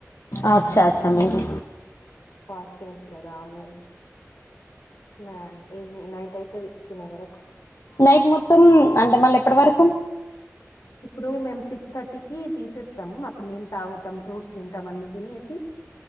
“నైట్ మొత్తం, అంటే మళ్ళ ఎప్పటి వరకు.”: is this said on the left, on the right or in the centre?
Left